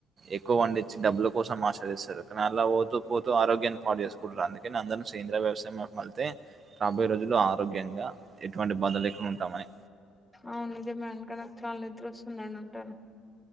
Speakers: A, on the right (about 40°); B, in the centre.
A: ఎక్కువ పండిచ్చి డబ్బుల కోసం ఆశ జేస్తరు. కనీ అండ్ల పోతూ పోతూ ఆరోగ్యాన్ని పాడు జేసు కుంటాంది. అందుకని అందర్ని సేంద్రియ వ్యవసాయం వైపు మళ్ళితే రాబోయే రోజుల్లో ఆరోగ్యంగా ఎటువంటి బాధలు లేకుండా ఉంటామని
B: అవును, నిజమే. ఇంక నాకు చాలా నిద్ర ఒస్తుందండి ఉంటాను.